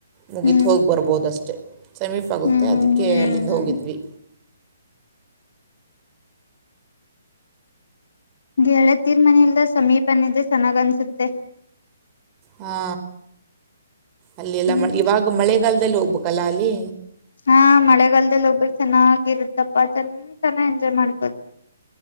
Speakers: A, on the right (about 25°); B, on the left (about 65°).
A: ಮುಗೀತು
B: ಹ್ಮ್
A: ಹೋಗಿ ಬರ್ಬೋದಷ್ಟೇ ಸಮೀಪ ಆಗುತ್ತೆ
B: ಹ್ಮ್ ಹ್ಮ್
A: ಅದಕ್ಕೆ
B: ಹ್ಮ್
A: ಅಲ್ಲಿಂದ ಹೋಗಿದ್ವಿ
B: ಗೆಳೆತಿ ಮನೆಯಲ್ಲೆ ಸಮೀಪ ಇದೆ ಸಮಾಧನಿಸುತ್ತೆ
A: ಹಾ ಅಲ್ಲಿ ಎಲ್ಲಾ
B: ಹ್ಮ್
A: ಮಳಿ ಇವಾಗ ಮಳೆ <unintelligible>
B: ಹಾ ಮಳೆಗಾಲದಲ್ಲಿ ಹೋಗ್ಬೇಕ ಚೆನ್ನಾಗಿದೆ ಎಪ್ಪಾ ಚಂತಾನ ಎಂಜಾಯ್ ಮಾಡ್ಕೋತ